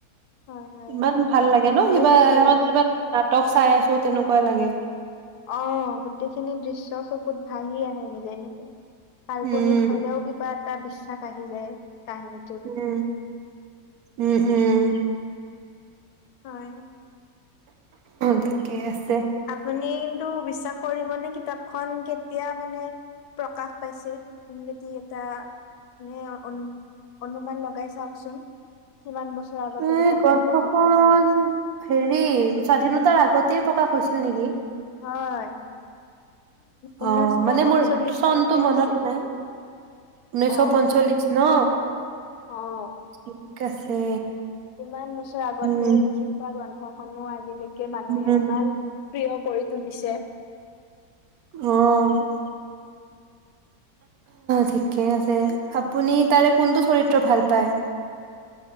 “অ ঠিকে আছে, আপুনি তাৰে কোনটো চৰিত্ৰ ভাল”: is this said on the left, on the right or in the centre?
Right